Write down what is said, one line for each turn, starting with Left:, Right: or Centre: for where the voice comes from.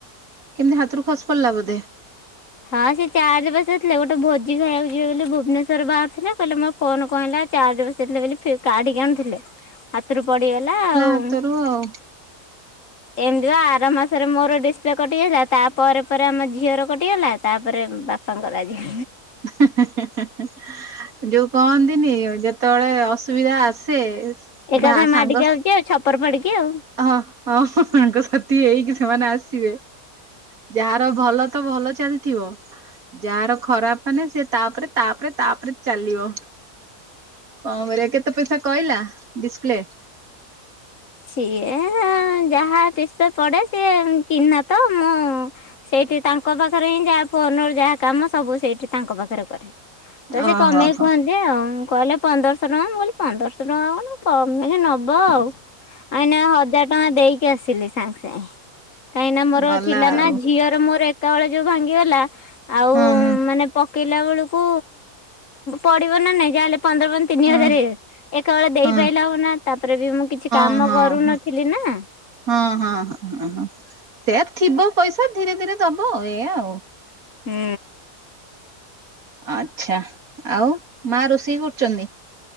Right: କେମିତି ହାତରୁ ଖସି ପଡ଼ିଲା ବୋଧେ।
Left: ହଁ ସେ ଚାର୍ଜ ବସେଇ ଥିଲେ। ଗୋଟେ ଭୋଜି ଖାଇବାକୁ ଯିବେ ବୋଲି ଭୁବନେଶ୍ଵର ବାହାରୁ ଥିଲେ କହିଲେ ମୋ ଫୋନ୍ କଣ ହେଲା ଚାର୍ଜ ବସେଇଥିଲେ ବୋଲି ଫି କାଢିକି ଆଣୁଥିଲେ। ହାତରୁ ପଡିଗଲା ଆଉ।
Right: ହାତରୁ ଆଉ
Left: ଏମିତି ବା ଆର ମାସରେ ମୋର ଡିସପ୍ଲେ କଟି ଯାଇଥିଲା ତା ପରେ ପରେ ଆମ ଝିଅର କ ଟିଗଲା ତାପରେ ବାପାଙ୍କର ଆଜି।
Right: <unintelligible> ଯୋଉ କହନ୍ତିନି ଯେତେବେଳେ ଅସୁବିଧା ଆସେ
Left: ଏକାଥରେ
Right: ଭା ସାଙ୍ଗ
Left: ମାଡିକି ଆଉଚି ଆଉ ଛପର ଫାଡିକି ଆଉ।
Right: ହଁ ହଁ ସାଙ୍ଗ ସାଥି ହେଇକି ସେମାନେ ଆସିବେ। ଯାହାର ଭଲ ତ ଭଲ ଚାଲିଥିବ। ଯାହାର ଖରାପ ମାନେ ସେ ତାପରେ ତାପରେ ତାପରେ ଚାଲିବ। କଣ କରିବା କେତେ ପଇସା କହିଲା ଡିସପ୍ଲେ?
Left: ସିଏ ଯାହା ଡିସପ୍ଲେ ପଡେ ସିଏ ଚିହ୍ନା ତ ମୁଁ ସେଇଠି ତାଙ୍କ ପାଖରେ ହିଁ ଯାହା ଫୋନରୁ ଯାହା କାମ ସବୁ ସେଇଠି ତାଙ୍କ ପାଖରେ କରେ। ତ ସେ
Right: ଓହୋ
Left: କମେଇକି
Right: ହୋ
Left: କୁହନ୍ତି ଆଉଁ କହିଲେ ପନ୍ଦରଶହ ଟଙ୍କା ମୁଁ କହିଲି ପନ୍ଦରଶହ ଟଙ୍କା କଣ କମେଇକି ନବ ଆଉ। ଆ ଏଇନା ହଜାର ଟଙ୍କା ଦେଇକି ଆସିଲି ସାଙ୍ଗେ ସାଙ୍ଗେ। କାହିଁକି ନା ମୋର
Right: ଗଲା
Left: ଥିଲା
Right: ଆଉ
Left: ନା ଝିଅର ମୋର ଏକା ବେଳେ ଯୋଉ ଭାଙ୍ଗିଗଲା। ଆଉ
Right: ହଁ ହଁ
Left: ମାନେ ପକେଇଲା ବେଳକୁ ପଡିବ ନା ନାଇଁ ଯାହାହେଲେ ପନ୍ଦର ପନ୍ଦ ତିନି
Right: ହଁ
Left: ହଜାର ଏକା ବେଳେ ଦେଇପାଇଲେ
Right: ହଁ
Left: ହବ ନା ତାପରେ ବି ମୁଁ କିଛି କାମ
Right: ହଁ
Left: କରୁନଥିଲି
Right: ହଁ।
Left: ନା
Right: ହଁ ହଁ ହଁ ହଁ ହଁ ସେଇଆ ଥିବ ପଇସା ଧୀରେ ଧୀରେ ଦବ ଏଇଆ ଆଉ।
Left: ହୁଁ।
Right: ଆଚ୍ଛା ଆଉ ମା ରୋଷେଇ କରୁଚନ୍ତି?